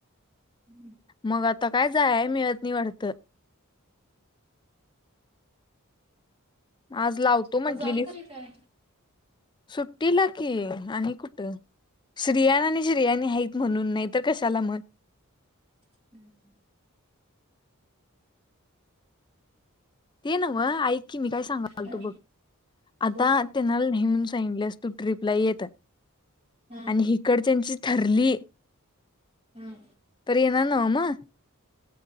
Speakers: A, on the right; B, on the left.
A: हम्म.
B: मग आता काय जाया मिळत नाही वाटतं. आज लावतो
A: आता
B: म्हटलेली
A: जाऊन तरी काय.
B: सुट्टीला की आणि कुठे श्रीयन आणि श्रियाणी हायीत म्हणून नाही तर कशाला म
A: <inaudible>
B: ते न्हव ऐक की मी काय सांगालतू
A: हा
B: बघ. आता
A: बोल
B: त्यांना <unintelligible> <unintelligible> तू ट्रिपला येत.
A: हा
B: आणि हिकडं च्यांची ठरली.
A: हा.
B: तर येनार नव्ह मंग?